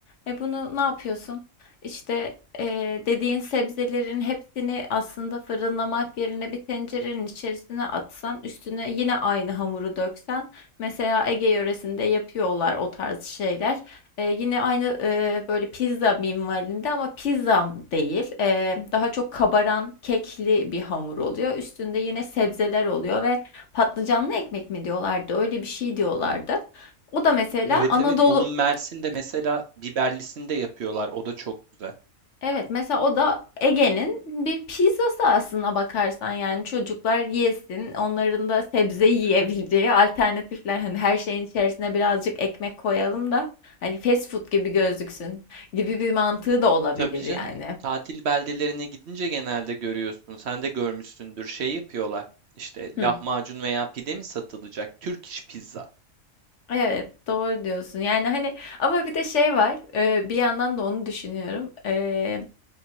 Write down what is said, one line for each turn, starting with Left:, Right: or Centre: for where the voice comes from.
Left: E, bunu ne yapıyorsun? İşte, eee, dediğin sebzelerin hepsini aslında fırınlamak yerine bir tencerenin içerisine atsan, üstüne yine aynı hamuru döksen, mesela Ege yöresinde yapıyorlar o tarz şeyler. Ee, yine aynı e, böyle pizza minvalinde ama pizza değil. Ee, daha çok kabaran kekli bir hamur oluyor. Üstünde yine sebzeler oluyor ve patlıcanlı ekmek mi diyorlardı? Öyle bir şey diyorlardı. O da mesela
Right: Evet
Left: Anadolu
Right: evet onun Mersin'de mesela biberlisinde yapıyorlar. O da çok güzel.
Left: Evet mesela o da Ege'nin bir pizzası aslında bakarsan yani çocuklar yesin onların da sebze yiyebileceği alternatifler hani her şeyin içerisine birazcık ekmek koyalım da hani fast food gibi gözüksün gibi bir mantığı da olabilir
Right: Tabii canım.
Left: yani.
Right: Tatil beldelerine gidince genelde görüyorsun. Sen de görmüşsündür. Şey yapıyorlar. İşte
Left: Hı.
Right: lahmacun veya pide mi satılacak? Türk iş pizza.
Left: Evet doğru diyorsun yani hani ama bir de şey var e, bir yandan da onu düşünüyorum E,